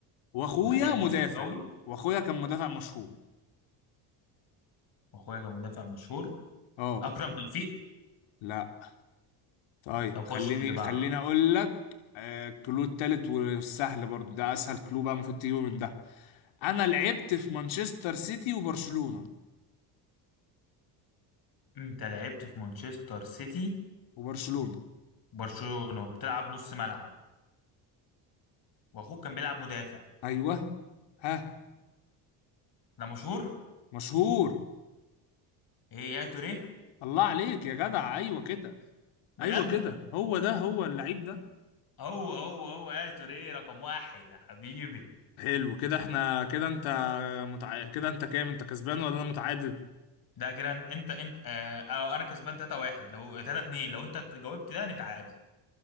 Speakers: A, on the left; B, on the left.
A: واخويا
B: لعيب
A: مدافع
B: وسط قوي
A: واخويا كان مدافع مشهور
B: واخويا كان مدافع مشهور
A: اه
B: اكرم توفيق
A: لا طيب
B: طب
A: خليني
B: خش في اللي بعده
A: خليني اقول لك آه، الكلو التالت والسهل برضو ده اسهل كلو بقى المفروض تجيبه من ده انا لعبت في مانشستر سيتي وبرشلونة
B: انت لعبت في مانشستر سيتي
A: وبرشلونة
B: برشلونة وبتلعب نص ملعب واخوك كان بيلعب مدافع
A: ايوه ها
B: ده مشهور
A: مشهور
B: ايه يا توريه
A: الله عليك يا جدع ايوه كده
B: بجد
A: ايوه كده هو ده هو اللعيب ده
B: هو هو هو يا توريه رقم واحد يا حبيبي
A: حلو كده احنا كده انت متع... كده انت كام انت كسبان ولا انا متعادل
B: ده كده انت انت انت- آه آه، انا كسبان 3 1 لو 3 2 لو انت جاوبت ده نتعادل